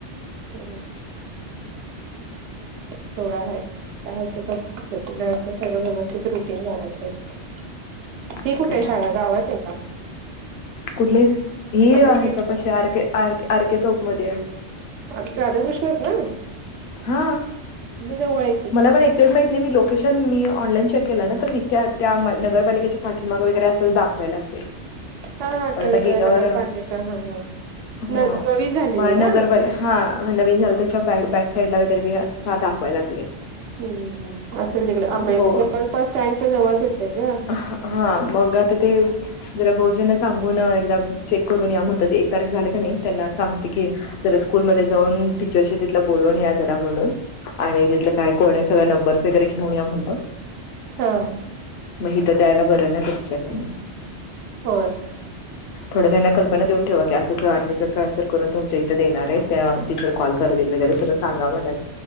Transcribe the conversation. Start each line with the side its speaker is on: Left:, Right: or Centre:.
Right: होम् सोडा आहे काय होत बघ आप सगळं व्यवस्थित रुटीन लागायला पाहिजे हि
Left: ओके
Right: कुठे आहे शाळा गावात आहे का
Left: कुठले हे
Right: आता
Left: आहे
Right: किड्स
Left: आर आर केे चौकमध्येध्ये
Right: आता राधाकृष्णच ना
Left: हा
Right: मग जवळ हाय
Left: मला पणक्ट नाही लोकेशन मी ऑनलाईन चेक केला ना त्या नगरपालिकेचे पाठीमाग वगैरे असंच दाखवाय लागले
Right: हा हा
Left: पण
Right: कळलं
Left: आता गेल्यावर
Right: कळलं नगर पालिका हा हा न
Left: हा
Right: नवीन झालेली
Left: मह नगरपाल्या
Right: ना
Left: हा नवीन झालं त्याच्या बॅक साईड ला वगैरे अस दाखवाय लागले
Right: हम् हम असेल तिकडे आंबेडकर
Left: हो
Right: जवळपास स्टँडच्या जवळच येतय का
Left: हा मग आता ते जरा बहुजनना सांगून एकदा चेक करून या म्हणतात एक तारीख झाले का नाही त्यांना सांगते की ज स्कूलमध्ये जाऊन टीचरशी तिथला बोलवून या जरा म्हणून आणि तिथलं काय कोण सगळ नंबर्स वगैरे घेऊन या म्हणत
Right: हा
Left: मग हथं द्यायला बरं नाही तर विचारलं म्ह
Right: हो
Left: थोड त्यांना कल्पना देऊन ठेवा की असं ज डमिशन ट्रान्सफर करून तुमच्या इथे देणार आहे त्या टीचर कॉल करतील वगैरे सगळं सांगा म्ह